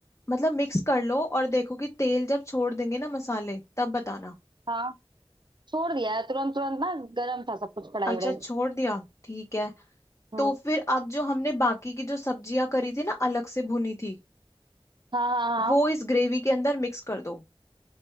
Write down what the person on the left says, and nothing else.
मतलब मिक्स कर लो और देखो कि तेल जब छोड़ देंगे ना मसाले तब बताना
अच्छा
छोड़ दिया ठीक है
तो फिर अब जो हमने बाकी की जो सब्जियां करी थी ना अलग से भुनी थी
वो इस ग्रेवी के अंदर मिक्स कर दो